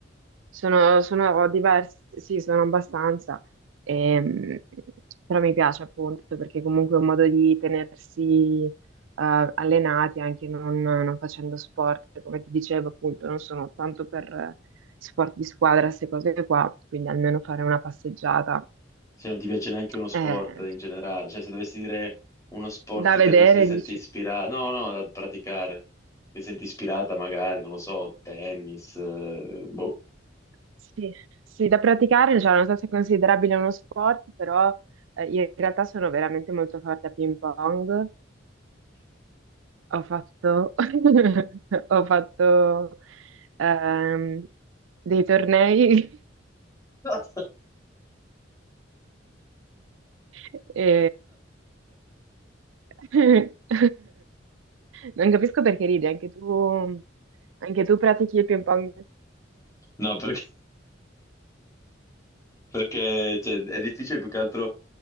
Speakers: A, on the right; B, on the left.
A: Sono, sono diversi, sì, sono abbastanza, ehm, però mi piace appunto perché comunque è un modo di tenersi eh, allenati anche non, non facendo sport, come ti dicevo appunto, non sono tanto per eh, sport di squadra, queste cose qua, quindi almeno fare una passeggiata
B: Se non ti piace neanche uno sport
A: eh,
B: in generale, cioè se dovessi dire uno sport
A: da vedere,
B: che adesso ti senti
A: dici,
B: ispirata, no, no, da praticare, ti senti ispirata magari, non lo so, tennis, eh, boh.
A: sì, sì, da praticare, cioè, non so se è considerabile uno sport, però eh, in realtà sono veramente molto forte a ping pong Ho fatto, <laughs> ho fatto ehm, dei tornei
B: <laughs>
A: <laughs> e <laughs> non capisco perché ridi, anche tu, anche tu pratichi il ping pong.
B: No, perché perché cioè, è difficile più che altro